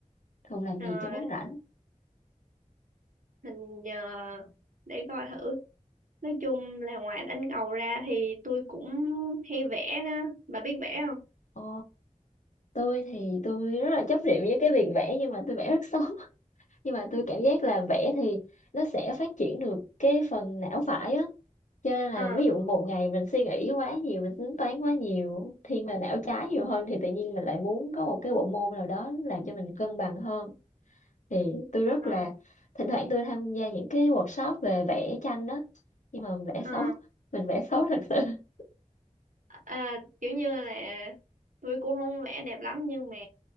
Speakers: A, on the left; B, on the right.
A: thường làm
B: Ờ,
A: gì trong lúc rảnh
B: mình ờ, để coi thử nói chung là ngoài đánh cầu ra thì tôi cũng hay vẽ nữa bà biết vẽ không
A: Ờ tôi thì tôi rất là chấp niệm với cái việc vẽ nhưng mà tôi vẽ rất xấu <laughs> nhưng mà tôi cảm giác là vẽ thì nó sẽ phát triển được cái phần não phải á cho nên là
B: Ờ,
A: ví dụ một ngày mình suy nghĩ quá nhiều mình tính toán quá nhiều thiên về não trái nhiều hơn thì tự nhiên mình lại muốn có một cái bộ môn nào đó làm cho mình cân bằng hơn thì tôi rất
B: ờ.
A: là thỉnh thoảng tôi tham gia những cái workshop về vẽ tranh đó nhưng mà mình vẽ
B: Ờ,
A: xấu <laughs> mình vẽ xấu thật sự <laughs>
B: à, kiểu như là tôi cũng không vẽ đẹp lắm nhưng mà